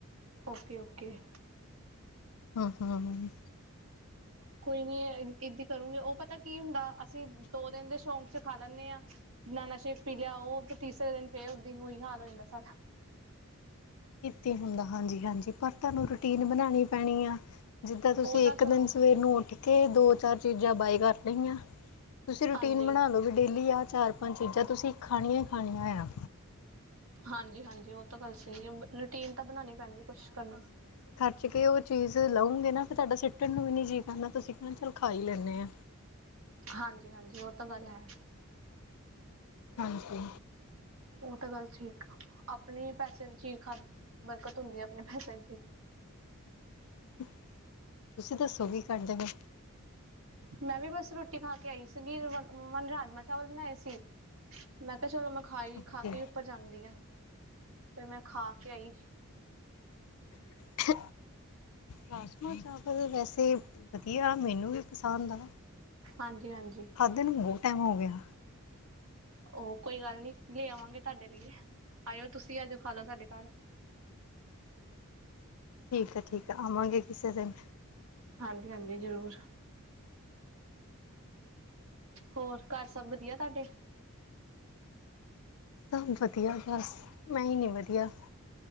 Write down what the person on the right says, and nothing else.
Okay- okay.
ਕੋਈ ਨਹੀਂ ਕੀਤੀ ਕਰੋਗੇ ਉਹ ਪਤਾ ਕੀ ਹੁੰਦਾ। ਅਸੀਂ ਦੋ ਦਿਨ ਦੇ ਸ਼ੌਂਕ ਚਾ ਖਾ ਲੈਦੇ ਆਂ। ਬਨਾਨਾ ਸ਼ੇਕ ਪੀ ਲਿਆ ਤੇ ਉ ਤੀਸਰੇ ਫੇਰ ਦਿਨ ਉਹੀ ਹਾਲ ਹੋ ਜੰਦਾ।
ਉਹ ਤਾਂ
ਚਲੋ
ਹਾਂਜੀ
ਹਾਂਜੀ -ਹਾਂਜੀ ਉਹ ਤਾਂ ਗੱਲ ਸਹੀ ਹੈ ਰੂਟੀਨ ਤਾਂ ਬਣਾਉਣੀ ਪੈਂਦੀ ਹੈ ਕੁਛ ਕਰਨ ਨਾ।
ਹਾਂਜੀ -ਹਾਂਜੀ ਉਹ ਤਾਂ ਗੱਲ ਹੈ।
ਉਹ ਤਾਂ ਗੱਲ ਠੀਕ ਆ। ਆਪਣੇ ਪੈਸੇ ਦੀ ਚੀਜ਼ ਖਾ ਬਰਕਤ ਹੁੰਦੀ ਆ ਆਪਣੇ ਪੈਸੇ ਚ' ਹੀ।
ਮੈਂ ਵੀ ਬਸ ਰੋਟੀ ਖਾ ਕੇ ਆਈ ਸੀਗੀ ਮ ਰਾਜਮਾ -ਚਾਵਲ ਬਣਾਏ ਸੀ। ਮੈਂ ਕਿਹਾ, ਚਲੋ ਮੈਂ ਖਾਈ
ਖਾ ਕੇ ਹੀ ਉੱਪਰ ਜਾਂਦੀ ਹਾਂ, ਫਿਰ ਮੈਂ ਖਾ ਕੇ ਆਈ।
ਹਾਂਜੀ -ਹਾਂਜੀ।
ਉਹ ਕੋਈ ਗੱਲ ਨਹੀਂ ਲੇ ਆਵਾਂਗੇ, ਤੁਹਾਡੇ ਲਈ ਆਓ ਤੁਸੀਂ ਅੱਜ ਖਾ ਲਓ ਸਾਡੇ ਘਰ।
ਹਾਂਜੀ- ਹਾਂਜੀ। ਜ਼ਰੂਰ। ਹੋਰ ਘਰ ਸਭ ਵਧੀਆ ਤੁਹਾਡੇ।